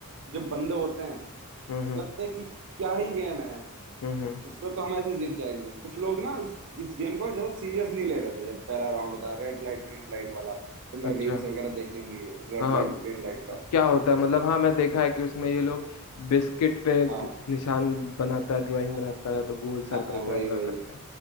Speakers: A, on the right (about 55°); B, on the left (about 75°).
A: जब बंदे होते हैं तो
B: हम्म हम्म
A: लगता है कि क्या ही गेम है
B: हम्म हम्म,
A: इसमें तो हम ऐसे जीत जाएंगे कुछ लोग ना इस इस गेम को ज्यादा सीरियस नहीं ले रहे थे जब पहला राउंड होता है रेड लाइट ग्रीन लाइट वाला तुमने
B: अच्छा
A: रील्स वगैरह देखी होंगी रेड
B: हाँ
A: लाइट ग्रीन लाइट का
B: तो क्या होता है मतलब हाँ मैं देखा है कि उसमें ये लोग बिस्किट पे एक
A: हाँ
B: निशान बनाता है ड्राइंग
A: हाँ
B: बनाता
A: हाँ
B: है तो गोल सर्कल
A: हाँ हाँ, वही
B: ट्रायंगल
A: वही
B: करके